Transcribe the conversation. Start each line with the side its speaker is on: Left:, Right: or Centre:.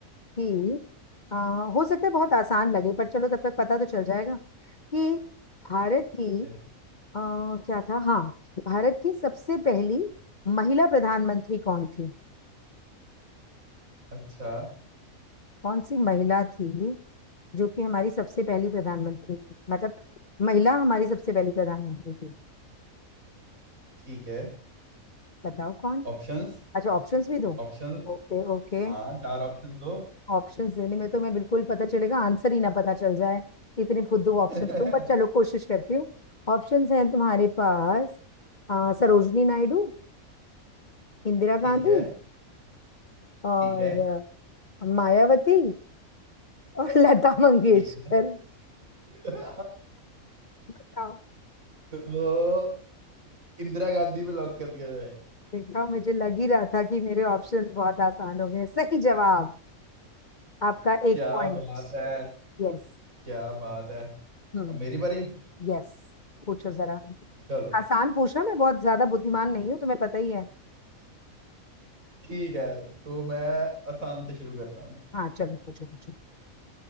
Left: कि आ, हो सकता है बहुत आसान लगे पर चलो तब तक पता तो चल जाएगा कि भारत की
Right: है
Left: आ, क्या था हाँ भारत की सबसे पहली महिला प्रधानमंत्री कौन थी
Right: अच्छा
Left: कौन सी महिला थी जो कि हमारी सबसे पहली प्रधानमंत्री थी मतलब महिला हमारी सबसे पहली प्रधानमंत्री थी
Right: ठीक है
Left: बताओ कौन
Right: ऑप्शंस
Left: अच्छा ऑप्शंस भी दो
Right: ऑप्शंस
Left: Okay okay
Right: हाँ चार ऑप्शन दो
Left: ऑप्शंस देने में तो मैं बिल्कुल पता चलेगा आंसर ही ना पता चल जाए इतने फुद्दू ऑप्शन
Right: <laughs>
Left: तो बट चलो कोशिश करती हूँ ऑप्शंस हैं तुम्हारे पास अ, सरोजनी नायडू इंदिरा
Right: ठीक
Left: गांधी
Right: है
Left: और
Right: ठीक है
Left: अ, मायावती और <laughs> लता मंगेशकर
Right: ठीक है <laughs>
Left: बताओ
Right: तो इंदिरा गांधी पे लॉक कर दिया जाए
Left: देखा मुझे लग ही रहा था कि मेरे ऑप्शंस बहुत आसान हो गए सही जवाब आपका
Right: क्या
Left: एक पॉइंट
Right: बात है
Left: यस
Right: क्या बात है
Left: हम्म
Right: अब मेरी बारी
Left: यस पूछो जरा
Right: चलो
Left: आसान पूछना मैं बहुत ज्यादा बुद्धिमान नहीं हूँ तुम्हें पता ही है
Right: ठीक है तो मैं आसान से शुरू करता हूँ
Left: हाँ चलो पूछो पूछो